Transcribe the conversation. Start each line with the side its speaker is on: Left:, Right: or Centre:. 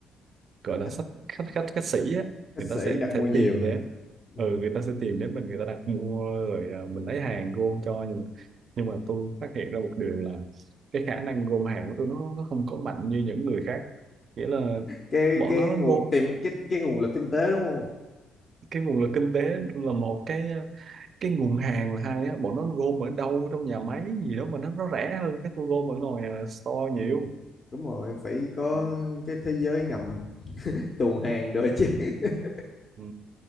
Right: gọi là
Left: khách
Right: khách khách khách khách sĩ á
Left: khách
Right: người
Left: sĩ
Right: ta sẽ
Left: đặt mua
Right: sẽ
Left: nhiều
Right: tìm
Left: hả
Right: đến
Left: ừ.
Right: ừ người ta sẽ tìm đến mình người ta đặt mua rồi ờ, mình lấy hàng gom cho nhưng nhưng mà tôi phát hiện ra một điều là cái khả năng gom hàng của tôi nó nó không có mạnh như những người khác nghĩa là
Left: cái
Right: bọn
Left: cái
Right: nó
Left: nguồn
Right: gom
Left: tìm cái cái nguồn lực kinh tế đúng không
Right: cái nguồn lực kinh tế là một cái ờ, cái nguồn hàng là hai á bọn nó gom ở đâu trong nhà máy gì đó mà nó nó rẻ hơn cái tôi gom ở ngoài ờ, store nhiều
Left: đúng rồi phải có
Right: ừ.
Left: cái thế giới ngầm tuồn hàng rồi chứ <laughs>
Right: ừ.